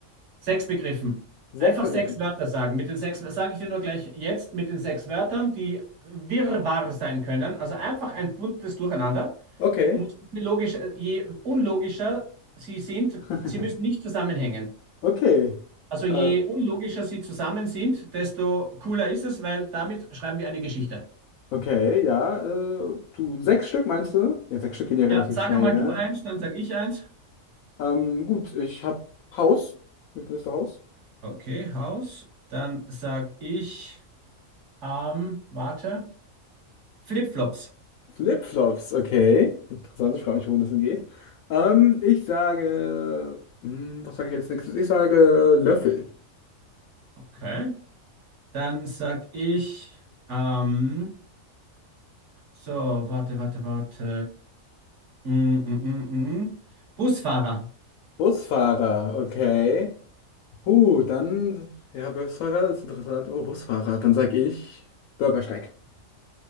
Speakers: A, on the right; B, on the left.
A: sechs Begriffen.
B: Sechs
A: Einfach
B: begriffen.
A: sechs Wörter sagen. Mit den sechs sage ich dir nur gleich jetzt mit den sechs Wörtern, die Wirrwarr sein können. Also einfach ein buntes Durcheinander.
B: Okay.
A: Muss logisch, äh, je unlogischer sie sind,
B: <laughs>
A: sie müssen nicht zusammenhängen.
B: Okay.
A: Also je
B: Äh,
A: unlogischer sie zusammen sind, desto cooler ist es, weil damit schreiben wir eine Geschichte.
B: okay, ja. Äh, du, sechs Stück meinst du? Ja, sechs Stück gehen ja relativ
A: Ja, sag
B: schnell,
A: einmal
B: ne?
A: du eins, dann sag ich eins.
B: Ähm, gut, ich hab Haus. Wie findest du Haus?
A: Okay, Haus. Dann sag ich, ähm, warte, Flipflops.
B: Flipflops, okay. Interessant, ich frage mich, worum das denn geht. Ähm, ich sage. Hm, was sage ich jetzt nächstes? Ich sage Löffel.
A: Okay. Dann sag ich, ähm, so, warte, warte, warte. Mm, mm, mm, mm. mm. Busfahrer.
B: Busfahrer, okay. Uh, dann, ja, Busfahrer ist interessant. Oh, Busfahrer. Dann sag ich Bürgersteig.